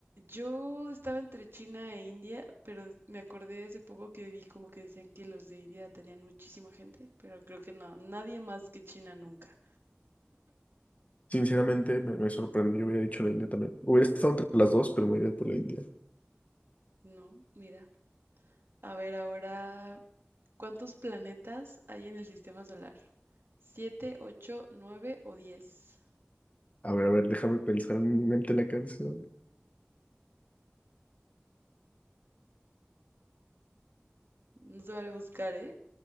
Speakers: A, on the right; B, on the left.
A: Yo estaba entre China e India, pero me acordé hace poco que vi como que decían que los de India tenían muchísima gente, pero creo que no, nadie más que China nunca.
B: Sinceramente, me, me sorprende. Yo hubiera dicho la India también. Hubiera estado entre las dos, pero me hubiera ido por la India.
A: No, mira. A ver ahora, ¿cuántos planetas hay en el sistema solar? ¿Siete, ocho, nueve o diez?
B: A ver, a ver, déjame pensar en mi mente la canción.
A: No se vale buscar, ¿eh?